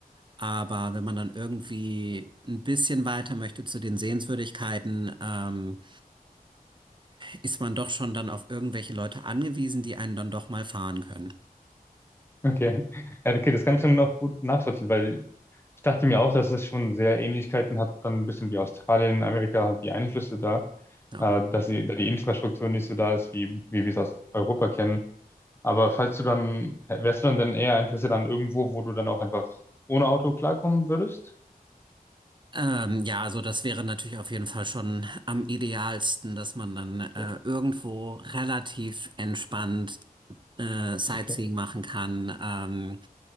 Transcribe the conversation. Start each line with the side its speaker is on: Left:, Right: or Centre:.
Right: aber wenn man dann irgendwie ein bisschen weiter möchte zu den Sehenswürdigkeiten, ähm, ist man doch schon dann auf irgendwelche Leute angewiesen, die einen dann doch mal fahren können.
Left: Okay. <laughs> Ja, okay, das kann ich dann auch gut nachvollziehen, weil Ich dachte mir auch, dass es schon sehr Ähnlichkeiten hat, dann ein bisschen wie Australien, Amerika, halt die Einflüsse da,
Right: Ja.
Left: äh, dass die, da die Infrastruktur nicht so da ist, wie, wie wir es aus Europa kennen. Aber falls du dann, wärst du dann denn eher interessiert an irgendwo, wo du dann auch einfach ohne Auto klarkommen würdest?
Right: Ähm, ja, also das wäre natürlich auf jeden Fall schon am idealsten, dass man dann äh,
Left: Ja.
Right: irgendwo relativ entspannt äh, Sightseeing
Left: Okay,
Right: machen kann, ähm,